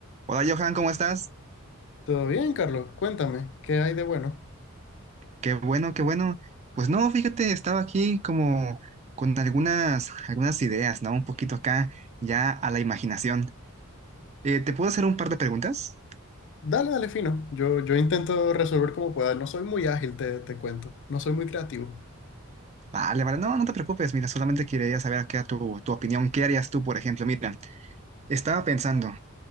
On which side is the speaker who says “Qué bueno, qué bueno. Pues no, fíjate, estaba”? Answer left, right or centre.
Right